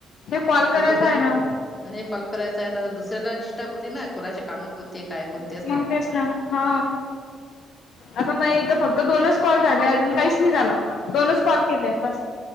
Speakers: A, on the left (about 70°); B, on the left (about 25°).
A: कॉल करायचा
B: हे कस आता
A: आहे ना
B: हे कॉल करायचं आहे आता दुसऱ्याला होते ना कोणाचे कामं कोणते काय कोण
A: मंग तेच ना हा आता मग ईथ फक्त दोनच कॉल झाले अजून काहीच नाय झालं दोनच कॉल केले बस